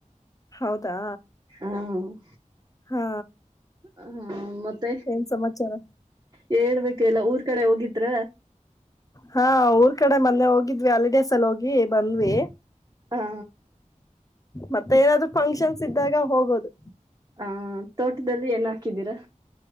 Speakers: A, on the left; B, on the right.
A: ಹೌದಾ
B: ಉಮ್.
A: ಹಾ
B: ಹ-ಹ-ಹ ಮತ್ತೆ
A: ಏನ್ ಸಮಾಚಾರ
B: ಹೇಳ್ಬೇಕ್ ಎಲ್ಲ ಊರ್ ಕಡೆ ಹೋಗಿದ್ರ
A: ಹಾ ಊರ್ ಕಡೆ ಮನ್ನೆ ಹೋಗಿದ್ <unintelligible> ಸಲ ಹೋಗಿ ಬಂದ್ವಿ
B: ಹ
A: ಮತ್ತೆ ಏನಾದ್ರು ಫಂಕ್ಷನ್ಸ್ ಇದ್ದಾಗ ಹೋಗೋದು.
B: ಹಾ ತೋಟದಲ್ಲಿ ಏನ್ ಹಾಕಿದ್ದೀರಾ